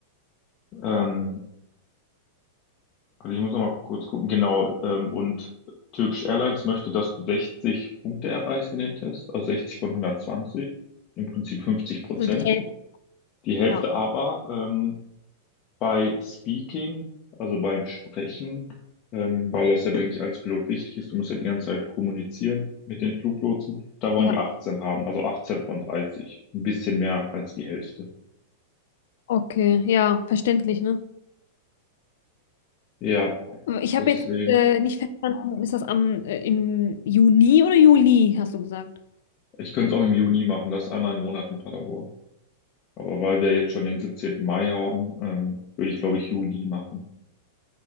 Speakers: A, on the left (about 40°); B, on the left (about 65°).
A: ähm, Also ich muss noch mal kurz gucken. Genau, ähm, und Turkish Airlines möchte, dass du 60 Punkte erreichst in dem Test, also 60 von 120, im Prinzip 50 Prozent.
B: Also die Eltern,
A: Die Hälfte
B: ja.
A: aber ähm, bei Speaking, also beim Sprechen, ähm, weil das ja, denke ich, als Pilot wichtig ist. Du musst ja die ganze Zeit kommunizieren mit den Fluglotsen. Da wollen
B: Ja,
A: die 18 haben, also 18 von 30. Ein bisschen mehr als die Hälfte.
B: okay. Ja, verständlich, ne?
A: Ja,
B: Ich
A: deswegen.
B: habe jetzt äh, nicht verstanden, ist das am äh, im Juni oder Juli, hast du gesagt?
A: Ich könnte es auch im Juni machen, das einmal im Monat in Paderborn. Aber weil wir jetzt schon den siebzehnten Mai haben, ähm, würde ich, glaube ich, Juli machen.